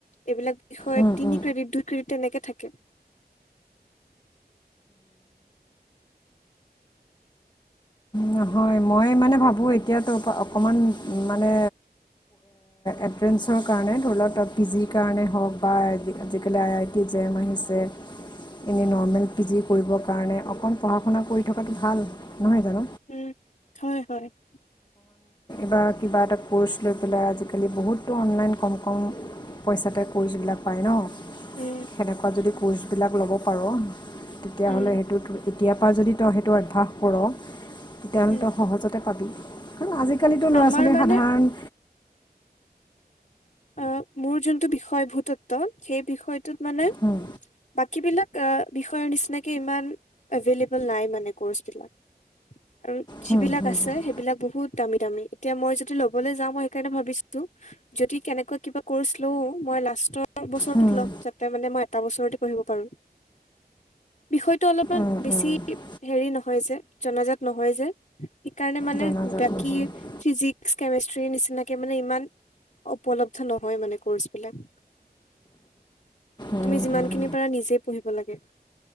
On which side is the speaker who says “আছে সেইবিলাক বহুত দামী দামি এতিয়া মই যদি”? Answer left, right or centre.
Left